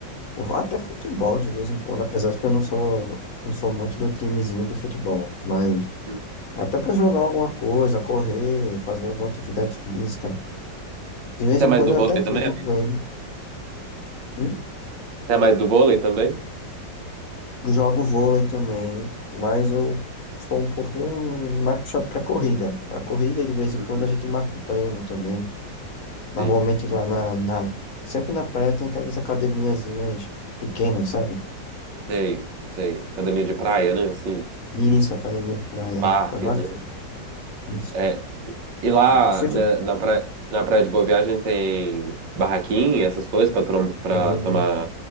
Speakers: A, on the left; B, on the right.
A: ou até futebol de vez em quando, apesar de que eu não sou, não sou muito do timezinho do futebol, mas
B: Hum.
A: até pra jogar alguma coisa, correr, fazer alguma atividade física. De vez
B: Você
A: em
B: é mais
A: quando
B: do
A: eu
B: vôlei
A: até treino
B: também, amigo?
A: com ele. Hum?
B: Você é mais do vôlei também?
A: Jogo vôlei também, mas eu sou um pouquinho mais puxado pra corrida. Pra corrida, de vez em
B: Hum.
A: quando a gente marca um treino também. Normalmente
B: Sim,
A: lá na, na- Sempre na praia tem aquelas academiazinhas pequenas, sabe?
B: sei, sei. Academia de praia, né? Assim,
A: Isso, academia de praia.
B: parque,
A: É bacana.
B: né?
A: Isso.
B: É. E lá,
A: Sempre
B: né, na praia, na praia de Boa Viagem tem barraquinha, essas coisas pra, trom- pra
A: tem,
B: tomar